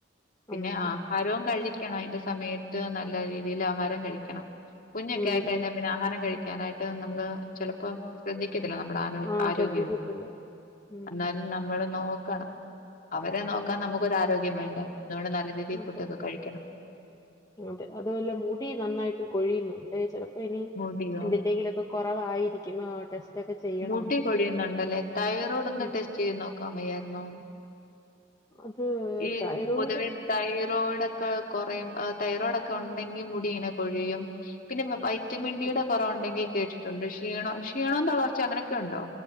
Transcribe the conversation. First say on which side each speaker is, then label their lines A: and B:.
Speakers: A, on the left; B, on the left.
A: പിന്നെ
B: ഉം
A: ആഹ് ആരവും കഴിക്കണം അയ്ന്റെ സമയത്ത് നല്ല രീതിയിൽ ആഹാരം കഴിക്കണം കുഞ്ഞൊക്കെ
B: ഉം
A: ആയിക്കഴിഞ്ഞാൽ
B: ഉം
A: പിന്നെ ആഹാരം കഴിക്കാനായിട്ട് നമ്മള് ചിലപ്പം ശ്രദ്ധി <unintelligible> നമ്മുടെ ആരോ
B: ആ
A: ആരോഗ്യവേ
B: ശ്രദ്ധിക്കത്തില്ല ഉം
A: എന്നാലും നമ്മള് നോക്കണം അവരെ നോക്കാൻ
B: ഉം
A: നമുക്കൊരു ആരോഗ്യം വേണ്ട അതുകൊണ്ട് നല്ല രീതിയിൽ
B: ഉം അതെ
A: ഫുഡൊക്കെ കഴിക്കണം
B: അതെ അതുവല്ല മുടി നന്നായിട്ട് കൊഴിയുന്നുണ്ട് ചെലപ്പോ ഇനി
A: മുടിയോ
B: എന്തിൻ്റെങ്കിലും ഒക്കെ കുറവായിരിക്കും അഹ് ടെസ്റ്റ് ഒക്കെ ചെയ്യണോന്ന്
A: മുടി കൊഴിയുന്നുണ്ടല്ലേ തൈറോയ്ഡ് ഒന്ന്
B: ഉം
A: ടെസ്റ്റ് ചെയ്ത് നോക്കാൻ വയ്യാരുന്നോ
B: അത്
A: ഈ
B: തൈറോയിഡ്
A: പൊതുവേ തൈറോയിഡ് ഒക്കെ കൊറയും തൈറോയിഡൊക്കെ ഒണ്ടെങ്കി മുടി ഇങ്ങനെ കൊഴിയും പിന്നെ വൈറ്റമിൻ ഡിയുടെ
B: അതെ
A: കുറവ് ഉണ്ടെങ്കിൽ കേട്ടിട്ടുണ്ട് ക്ഷീണോ ക്ഷീണവും തളർച്ച അങ്ങനൊക്കെ ഉണ്ടോ